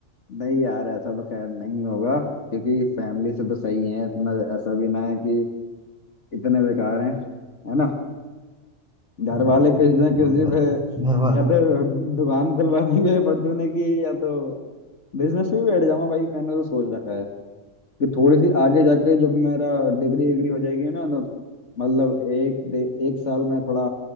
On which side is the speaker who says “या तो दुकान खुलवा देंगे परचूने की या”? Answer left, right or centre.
Left